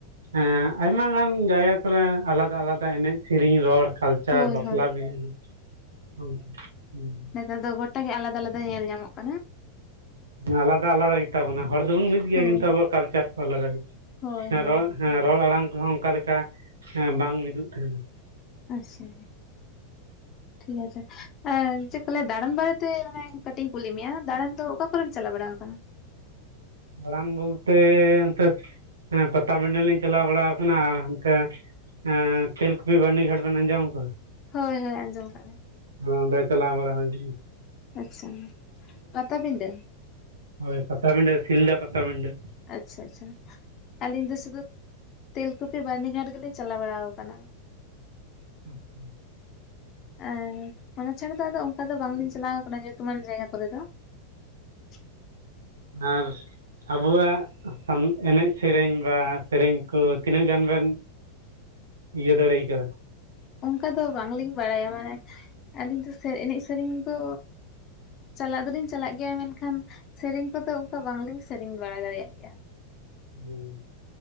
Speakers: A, on the right; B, on the left.
A: ᱮᱸ ᱟᱭᱢᱟ ᱜᱟᱱ ᱡᱟᱭᱜᱟ ᱠᱚᱨᱮ ᱟᱞᱟᱫᱟ ᱟᱞᱟᱫᱟ ᱮᱱᱮᱡ ᱥᱮᱨᱮᱧ ᱨᱚᱲ ᱠᱟᱞ ᱪᱟᱨ
B: ᱦᱳᱭ
A: ᱵᱟᱯᱞᱟ
B: ᱦᱳᱭ
A: ᱵᱤᱦᱟᱹ ᱦᱚᱸ ᱦᱸ
B: ᱟᱞᱮ ᱫᱚ ᱜᱚᱴᱟᱜᱮ ᱟᱞᱟᱫᱟ ᱟᱞᱟᱫᱟ ᱧᱮᱞ ᱧᱟᱢᱚᱜ ᱠᱟᱱᱟ᱾
A: ᱟᱞᱟᱫᱟ ᱟᱞᱟᱫᱟ ᱜᱮᱛᱟᱵᱚᱱᱟ ᱦᱚᱲ ᱫᱚᱵᱚᱱ ᱢᱤᱫ ᱜᱮᱭᱟ
B: ᱦᱳᱭ
A: ᱠᱤᱱᱛᱩ ᱟᱵᱚᱣᱟᱜ ᱠᱟᱞᱪᱟᱨ ᱠᱚ ᱟᱞᱟᱫᱟ ᱜᱮ
B: ᱦᱳᱭ
A: ᱦᱮᱸ
B: ᱦᱳᱭ
A: ᱨᱚᱲ ᱦᱮᱸ ᱨᱚᱲ ᱟᱲᱟᱝ ᱠᱚᱦᱚᱸ ᱚᱱᱠᱟᱮᱠᱟᱸ ᱵᱟᱝ ᱢᱤᱫᱚᱜ ᱛᱟᱦᱮᱱᱟ᱾
B: ᱟᱪᱪᱷᱟ ᱴᱷᱤᱠ ᱟᱪᱷᱮ ᱪᱮᱫ ᱠᱚ ᱞᱮᱭᱟ ᱫᱟᱬᱟᱱ ᱵᱟᱨᱮᱛᱮ ᱢᱟᱱᱮ ᱠᱟᱹᱴᱤᱡ ᱤᱧ ᱠᱩᱞᱤ ᱢᱮᱭᱟ ᱫᱟᱬᱟᱱ ᱛᱚ ᱚᱠᱟ ᱠᱚᱨᱮᱢ ᱪᱟᱞᱟᱣ ᱵᱟᱲᱟ ᱟᱠᱟᱱᱟ?
A: ᱫᱟᱬᱟᱱ ᱵᱚᱞᱛᱮ ᱚᱱᱛᱮ ᱯᱟᱛᱟᱵᱤᱰᱟᱹ ᱞᱤᱧ ᱪᱟᱞᱟᱣ ᱵᱟᱲᱟ ᱠᱟᱱᱟ ᱟᱨ ᱦᱟᱱᱛᱮ ᱮᱸ ᱛᱮᱞᱠᱩᱯᱤ ᱵᱟᱹᱨᱱᱤᱜᱷᱟᱴ ᱵᱮᱱ ᱟᱸᱡᱚᱢ ᱠᱟᱜᱼᱟ᱾
B: ᱦᱳᱭ ᱦᱳᱭ ᱟᱸᱡᱚᱢ ᱟᱠᱟᱜᱼᱞᱤᱧ
A: ᱦᱸ ᱚᱸᱰᱮ ᱪᱟᱞᱟ ᱵᱟᱲᱟ ᱦᱩᱭ ᱞᱮᱱᱟ
B: ᱟᱪᱪᱷᱟ ᱯᱟᱛᱟᱵᱤᱫᱟᱹ
A: ᱦᱳᱭ ᱯᱟᱛᱟᱵᱤᱰᱟᱹ ᱥᱤᱞᱫᱟᱹ ᱯᱟᱛᱟᱵᱤᱰᱟᱹ
B: ᱟᱪᱪᱷᱟ ᱟᱪᱪᱷᱟ ᱟᱹᱞᱤᱧ ᱫᱚ ᱥᱩᱫᱩ ᱛᱮᱞᱠᱩᱯᱤ ᱵᱟᱹᱨᱱᱤᱜᱷᱟᱴ ᱜᱮᱞᱤᱧ ᱪᱟᱞᱟᱣ ᱵᱟᱲᱟ ᱠᱟᱱᱟ᱾
A: ᱟᱪᱪᱷᱟ
B: ᱮ ᱚᱱᱟ ᱪᱷᱟᱲᱟ ᱫᱚ ᱟᱫᱚ ᱚᱱᱠᱟ ᱫᱚ ᱵᱟᱝᱞᱤᱧ ᱪᱟᱞᱟᱣ ᱠᱟᱱᱟ ᱧᱩᱛᱩᱢᱟᱱ ᱡᱟᱭᱜᱟ ᱠᱚᱨᱮ ᱫᱚ <unintelligible>
A: ᱟᱨ ᱟᱵᱚᱣᱟᱜ <unintelligible> ᱮᱱᱮᱡ ᱥᱮᱨᱮᱧ ᱵᱟ ᱥᱮᱨᱮᱧ ᱠᱚ ᱛᱤᱱᱟᱹᱜ ᱜᱟᱱ ᱵᱮᱱ ᱤᱭᱟᱹ ᱫᱟᱲᱮᱭ ᱠᱟᱫᱟ
B: ᱚᱱᱠᱟ ᱫᱚ ᱵᱟᱝᱞᱤᱧ ᱵᱟᱲᱟᱭᱟ ᱢᱟᱱᱮ ᱟᱹᱞᱤᱧ ᱫᱚ ᱥᱮ ᱮᱱᱮᱡ ᱥᱮᱨᱮᱧ ᱫᱚ ᱪᱟᱞᱟᱜ ᱫᱚᱞᱤᱧ ᱪᱟᱞᱟᱜ ᱜᱮᱭᱟ ᱢᱮᱱᱠᱷᱟᱱ ᱥᱮᱨᱮᱧ ᱠᱚᱫᱚ ᱚᱝᱠᱟ ᱵᱟᱝᱞᱤᱧ ᱥᱮᱨᱮᱧ ᱵᱟᱲᱟ ᱫᱟᱲᱮᱭᱟᱜ ᱜᱮᱭᱟ᱾
A: ᱦᱮᱸ